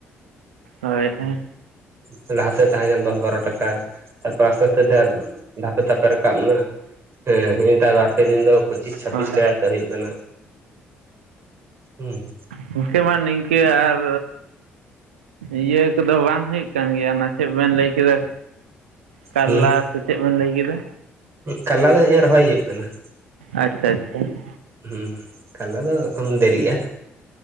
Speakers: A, on the right; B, on the right.
A: ᱦᱳᱭ ᱦᱮᱸ
B: ᱦᱩᱸ ᱞᱟᱦᱟ ᱛᱮ ᱛᱟᱦᱮᱸ ᱠᱟᱱ ᱫᱚᱥ ᱵᱟᱨᱚ ᱴᱟᱠᱟ᱾ ᱛᱟᱯᱚᱨ ᱟᱥᱛᱮ ᱟᱥᱛᱮ ᱛᱮ ᱫᱷᱟᱯᱮ ᱫᱷᱟᱯᱮ ᱨᱟᱠᱟᱵ ᱮᱱᱟ ᱾ ᱦᱮᱸ ᱱᱤᱭᱟᱹᱴᱟᱜ ᱵᱟᱨᱯᱮ ᱫᱤᱱ ᱫᱚ ᱯᱚᱸᱪᱤᱥ ᱪᱷᱟᱵᱵᱤᱥ
A: ᱦᱳᱭ
B: ᱴᱟᱠᱟ ᱠᱟᱛᱮ ᱦᱩᱭᱩᱜ ᱠᱟᱱᱟ᱾ ᱦᱩᱸ᱾
A: ᱜᱚᱝᱠᱮ ᱢᱟ ᱱᱤᱝᱠᱟᱹ ᱟᱨ ᱤᱭᱟᱹ ᱠᱚᱫᱚ ᱵᱟᱝ ᱦᱩᱭᱩᱜ ᱠᱟᱱ ᱜᱮᱭᱟ ᱚᱱᱟ ᱪᱮᱫ ᱵᱮᱱ ᱞᱟᱹᱭ ᱠᱮᱫᱟ ᱠᱟᱞᱞᱟ
B: ᱦᱩᱸ
A: ᱥᱮ ᱪᱮᱫ ᱵᱮᱱ ᱞᱟᱹᱭ ᱠᱮᱫᱟ?
B: ᱠᱟᱞᱞᱟ ᱫᱚ ᱦᱮᱸ ᱮ ᱨᱚᱦᱚᱭ ᱦᱩᱭᱩᱜ ᱠᱟᱱᱟ ᱾
A: ᱟᱪᱪᱷᱟ ᱟᱪᱪᱷᱟ ᱾
B: ᱦᱩᱸ ᱠᱟᱞᱞᱟ ᱫᱚ ᱮᱠᱷᱚᱱ ᱫᱮᱨᱤᱜᱼᱟ